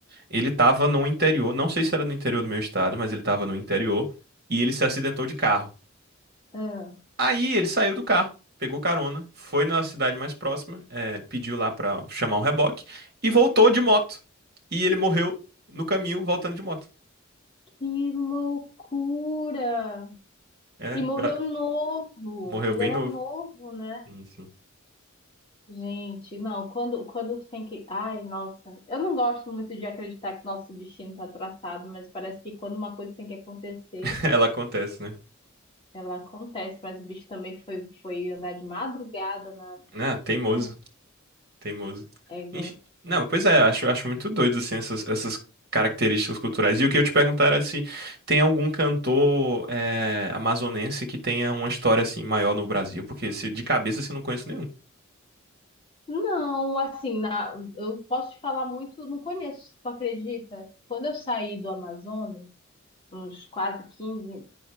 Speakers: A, on the right; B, on the left.
A: Ele estava no interior, não sei se era no interior do meu estado, mas ele estava no interior e ele se acidentou de carro.
B: Ah,
A: Aí ele saiu do carro, pegou carona, foi na cidade mais próxima, eh, pediu lá pra chamar um reboque e voltou de moto. E ele morreu no caminho voltando de moto.
B: que loucura!
A: É,
B: E morreu
A: é,
B: novo.
A: morreu
B: Ele
A: bem
B: era
A: novo.
B: novo, né?
A: Sim, sim.
B: Gente, não, quando, quando tem que. Ai, nossa, eu não gosto muito de acreditar que nosso destino está traçado, mas parece que quando uma coisa tem que acontecer,
A: <laughs> Ela acontece, né?
B: Ela acontece, mas o bicho também foi, foi andar de madrugada na.
A: Ah, teimoso.
B: Ai,
A: Teimoso.
B: égua.
A: Enf- Não, pois é, eu acho, eu acho muito doido, assim, essas, essas características culturais. E o que eu te perguntar era se tem algum cantor eh, amazonense que tenha uma história, assim, maior no Brasil, porque se, de cabeça, assim, não conheço nenhum.
B: Não, assim, na, eu posso te falar muito, não conheço, tu acredita? Quando eu saí do Amazonas, uns quase quinze